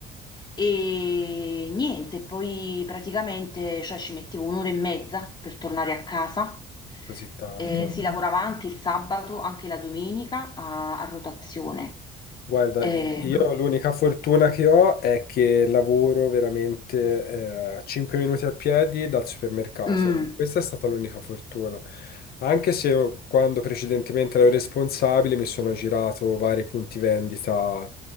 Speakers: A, on the left; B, on the left.
A: e niente, poi praticamente cioè, ci mettevo un'ora e mezza per tornare a casa.
B: così tanto.
A: Eh, si lavorava anche il sabato, anche la domenica a, a rotazione.
B: Guarda,
A: Eh,
B: io l'unica fortuna che ho è che lavoro veramente eh, a 5 minuti a piedi dal supermercato.
A: mm,
B: Questa è stata l'unica fortuna. Anche se io, quando precedentemente ero responsabile mi sono girato vari punti vendita